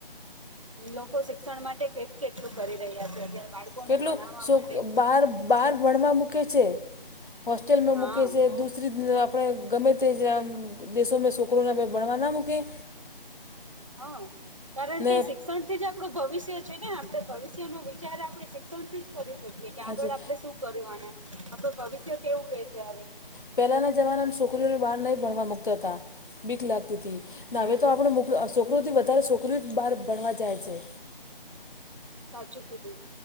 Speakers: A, on the right; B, on the left.
A: ઈ લોકો શિક્ષણ માટે કેટ કેટલું કરી રહ્યા છે અત્યારે બાળકોને
B: કેટલું
A: ભણાવવા
B: શોક
A: માટે
B: બહાર બહાર ભણવા મૂકે છે હોસ્ટેલમાં મૂકે
A: હા
B: છે દૂ <inaudible> આપણે ગમે તે <inaudible> દેશોમાં છોકરોને ભણવા ના મૂકે?
A: હા કારણ
B: ને
A: કે શિક્ષણ જ આપણું ભવિષ્ય છે ને આપણે ભવિષ્ય નો વિચાર આપણે શિક્ષણ થી જ કરી શક કે
B: હાચી
A: આગળ આપડે શું કરવાના આપડુ ભવિષ્ય કેવું રહેશે હવે?
B: પહેલાના જમાનામાં છોકરીઓને બહાર નહીં ભણવા મુકતા તા બીક લાગતી તી
A: હમ
B: હવે તો આપણે મોકલ છોકરોઓથી વધારે છોકરી જ બહાર ભણવા જાય છે.
A: સાચું કીધું